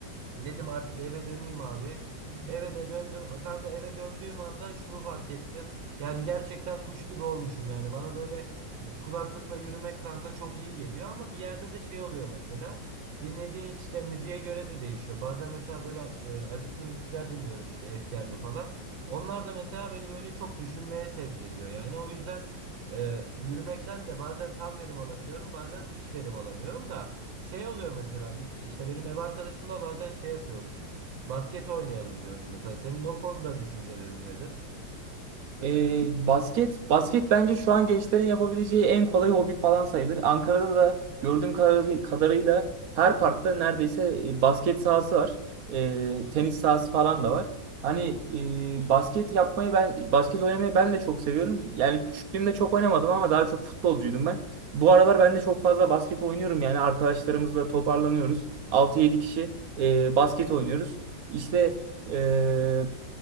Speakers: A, on the right (about 85°); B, on the right (about 65°).
A: Dedim artık eve döneyim abi. Eve de döndüm. A, Kanka eve döndüğüm anda şunu fark ettim. Yani gerçekten kuş gibi olmuşum yani. Bana böyle kulaklıkla yürümek kanka çok iyi geliyor ama bir yerde de şey oluyor mesela. Dinlediğin işte müziğe göre de değişiyor. Bazen mesela böyle e, acıklı müzikler dinliyorum işte efkarlı falan. Onlar da mesela beni böyle çok düşünmeye sevk ediyor. Yani o yüzden e, yürümekten de bazen tam verim alabiliyorum, bazen hiç verim alamıyorum da. Şey oluyor mesela biz işte benim ev arkadaşımla bazen şey yapıyoruz. Basket oynayalım diyoruz mesela. Senin o konuda düşüncelerin nedir?
B: Ee, basket, basket bence şu an gençlerin yapabileceği en kolay hobi falan sayılır. Ankara'da da gördüğüm kadarı- kadarıyla her parkta neredeyse e, basket sahası var. Ee, tenis sahası falan da var. Hani e, basket yapmayı ben, basket oynamayı ben de çok seviyorum. Yani küçüklüğümde çok oynamadım ama daha çok futbolcuydum ben. Bu aralar ben de çok fazla basket oynuyorum yani arkadaşlarımızla toparlanıyoruz. altı yedi kişi e, basket oynuyoruz. İşte e,